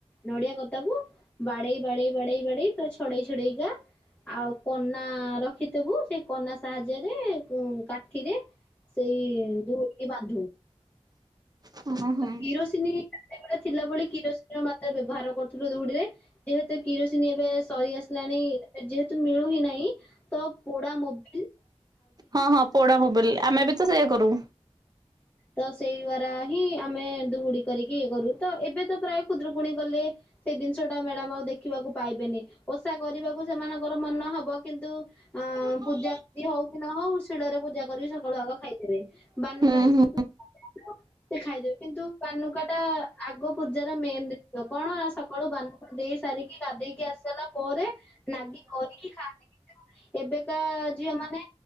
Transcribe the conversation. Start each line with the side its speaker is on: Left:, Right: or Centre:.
Left: ନଡିଆ କତାକୁ ବାଡେଇ ବାଡେଇ ବାଡେଇ ବାଡେଇ ଛଡେଇ ଛଡେଇକା ଆଉ କନା ରଖିଥବୁ। ସେ କନା ସାହାଯ୍ୟରେ କାଠିରେ ସେଇ ଦୋଉଡିକୁ ବାନ୍ଧିବୁ।
Right: ହଁ ହଁ
Left: କିରୋସିନ ସେତେବେଳେ ଥିଲା ବୋଲି କିରୋସିନିର ମାତ୍ରା ବ୍ୟବହାର କରୁଥିଲୁ ଦଉଡିରେ। ଯେହେତୁ କିରୋସିନ ଏବେ ସରି ଆସିଲାଣି ଯେହେତୁ ମିଳୁ ହି ନାହିଁ। ତ ପୋଡା ମୋବିଲି
Right: ହଁ ହଁ। ପୋଡ଼ା ମୋବିଲ୍ ରେ ଆମେ ବି ତ ସେଇୟା କରୁ।
Left: ତ ସେଇ ଦ୍ଵାରା ହିଁ ଆମେ ଦୁହୁଡି କରିକି ଇଏ କରୁ ତ ଏବେ ତ ପ୍ରାୟ ଖୁଦ୍ରକୁଣୀ କଲେ ସେଇ ଜିନିଷ ଟା ମ୍ୟାଡାମ ଆଉ ଦେଖିବାକୁ ପାଇବେନି, ଓଷା କରିବାକୁ ସେମାନଙ୍କର ମନ ହବ କିନ୍ତୁ ଅ
Right: ହୁଁ
Left: ପୂଜା ହଉ କି ନ ହଉ ଶିଳରେ ପୂଜା କରିକି ସକାଳୁ ଆଗ ଖାଇଦେବେ। ବାନୁକା
Right: ହୁଁ
Left: ସେ ଖାଇଦେବେ କିନ୍ତୁ କାନୁକା ଟା ଆଗ ପୂଜାର ମେନ୍ ଜିନି କଣ ନା ସକାଳୁ ବାନୁକା ଦେଇ ସାରିକି ଗାଧେଇକି ଆସି ସାରିଲା ପରେ ନାଗି କରିକି ଖାଆ ଏବେକା ଝିଅ ମାନେ